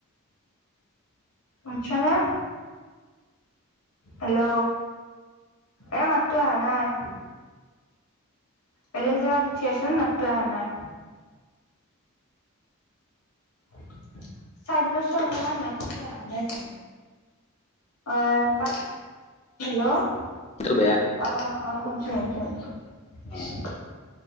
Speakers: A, on the left; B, on the left.
A: আচ্ছা না হেল্ল' এই মাতটো অহা নাই। বেলেগ জেগাত উঠিয়াচোন মাতটো অহা নাই।
B: আ
A: <unintelligible> অনুমান মাতটো অহা নাই <unintelligible> অ', <unintelligible> হেল্ল' অ',
B: বেয়া
A: অ'। <unintelligible>
B: অ',
A: শুনছো